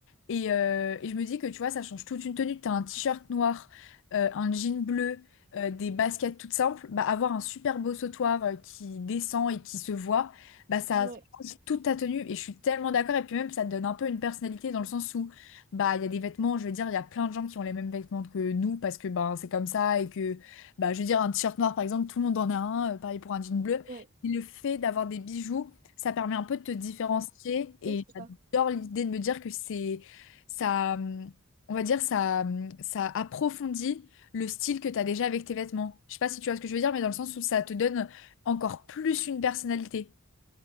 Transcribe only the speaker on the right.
Ouais,
ouais,
ouais.
Oui, c'est ça.